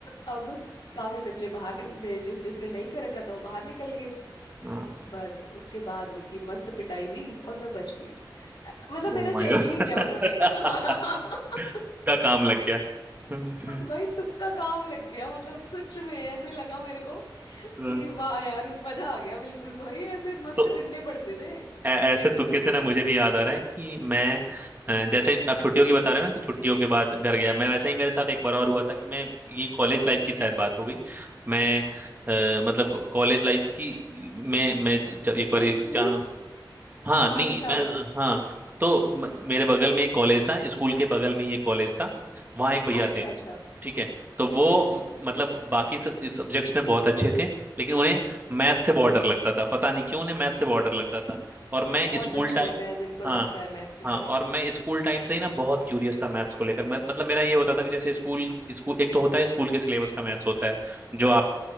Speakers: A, on the left (about 85°); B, on the right (about 25°).
A: अब काफी बच्चे बाहर नि- उसने जिस जिसने नहीं कर रखा था वो बाहर निकल गए
B: हम्म
A: बस उसके बाद उनकी मस्त पिटाई हुई और मैं बच गई अ, मतलब
B: Oh
A: मेरा
B: my
A: चेक
B: God
A: ही नहीं किया उन्होंने <laughs>
B: <laughs> का काम लग गया हम्म,
A: भाई तुक्का काम लग गया मतलब सच में ऐसे लगा मेरे को
B: हम्म।
A: कि वाह यार मजा आ गया बिल्कुल भाई ऐसे मस्त
B: तो
A: डंडे पड़ते थे
B: ऐ- ऐसे तुक्के से
A: हाँ।
B: ना मुझे भी याद आ रहा है कि मैं अ, जैसे आप छुट्टियों की बता रहे हो ना कि छुट्टियों के बाद घर गया मैं वैसा ही मेरे साथ एक बार और हुआ था कि मैं ये कॉलेज लाइफ की शायद बात हो गई मैं अ, मतलब कॉलेज लाइफ की मैं मैं ज- जब एक
A: नहीं
B: बार एग्जाम
A: स्कूल
B: हाँ नहीं
A: अच्छा
B: मैं हाँ तो म, मेरे बगल में एक कॉलेज था स्कूल के बगल में ही एक कॉलेज था वहाँ एक भैया
A: अच्छा
B: थे
A: अच्छा
B: ठीक है तो वो म- मतलब बाकी सब इस सब्जेक्ट्स में बहुत अच्छे थे लेकिन उन्हें मैथ से बहुत डर लगता था पता नहीं क्यों उन्हें मैथ से बहुत डर लगता था और मैं
A: बहुत
B: स्कूल
A: बच्चे
B: टाइम
A: होते हैं जिनको लगता
B: हाँ
A: है मैथ से
B: हाँ
A: डर
B: और मैं स्कूल टाइम से ही ना बहुत क्यूरियस था मैथ्स को लेकर मैं मतलब मेरा ये होता था कि जैसे स्कूल स्कूल एक तो होता है स्कूल के सिलेबस का मैथ्स होता है जो आप